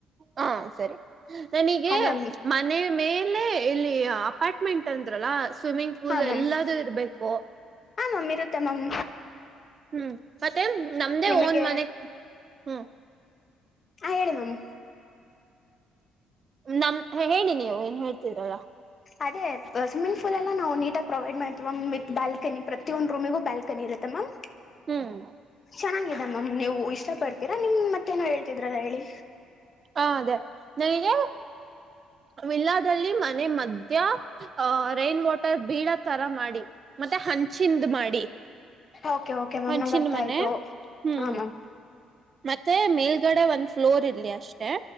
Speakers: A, on the right; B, on the left.
A: ಹಾ ಸರಿ ನನಗೆ
B: ಅದೇ
A: ಮನೆ ಮೇ ಲ್ಲ ಇಲ್ಲಿ ಅಪಾರ್ಟ್ಮೆಂಟ್ ಅಂದ್ರಲ್ಲ ಸ್ವಿಮ್ಮಿಂಗ್ ಪೂಲ್
B: ಹಾ ಮ್ಯಾಮ್
A: ಎಲ್ಲದುೂ ಇರ್ಬೇಕು ಓ
B: ಹಾ ಮ್ಯಾಮ್ ಇರುತ್ತೆ ಮ್ಯಾಮ್
A: ಹ್ಮ್ ಮತ್ತೆ ನಮ್ದೇ
B: ನಿಮಗೆ
A: ಓನ್ ಮನೆ ಹ್ಮ್
B: ಹಾ ಹೇಳಿ ಮ್ಯಾಮ್
A: ನಮ್ ಹೇಳಿ ನೀವು ಏನ್ ಹೇಳ್ತಿದ್ರಲ್ಲ
B: ಅದೇ ಸ್ವಿಮ್ಮಿಂಗ್ ಪಲ್ಲ್ಲ ನಾವು ನೀಟಾಗಿ ಪ್ರೊವೈಡ್್ವಿ ಮಾಮ್ ವಿತ್ ಬಲ್ನ ಪ್ರತಿ ಒಂದು ರೂಮಿಗೂ ಬ್ಯಾಲ್ಕನಿರುತ್ತೆ ಮ್ಯಾಮ್
A: ಹ್ಮ್
B: ಚೆನ್ನಾಗಿದ್ದ ಮ್ಯಮ್ ನೀವು ಇಷ್ಟ ಪಡ್ತೀರಾ ನಿಮ್ ಮತ್ತೇನ ಹೇಳ್ತಿದ್ರಲ್ಲ ಹೇಳಿ
A: ಹ ಅದೇ ನನಗೆ ವಿಲ್ಲಾದಲ್ಲಿ ಮನೆ ಮಧ್ಯ ಅ ರೈನ್ ವಾಟರ್ ಬೀಡ ತರ ಮಾಡಿ ಮತ್ತೆ ಹಂ ಚಿಂದ ಮಾಡಿ
B: ಓಕೆ ಓಕೆ ಮ್ಯಾಮ್
A: ಒಂದ
B: ನಂಗೆ
A: ಚಿ
B: ಅರ್ಥ
A: ಮನೆ
B: ಆಯ್ತು
A: ಹ್ಮ್
B: ಹಾ ಮ್ಯಾಮ್
A: ಮತ್ತೆ ಮೇಲ್ ಈಗಡೆ ಒಂದು ಫ್ಲೋರ್ ಇಲ್ಲಿ ಅಷ್ಟು ತ್ತ